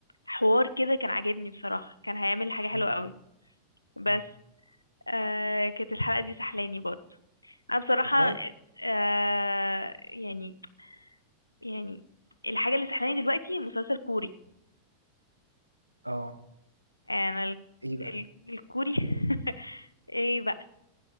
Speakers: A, on the left; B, on the right.
A: حوار كده كان عاجبني بصراحة كان هيعمل حاجة
B: مم،
A: حلوة قوي بس
B: مم.
A: آه كانت الحلقة دي سحلاني برضه انا بصراحة
B: والله
A: آه يعني يعني الحاجة اللي سحلاني دلوقتي مسلسل كوري
B: اه
A: انا ال-
B: ايه بقى؟
A: ال- الكوري <laughs> ايه بقى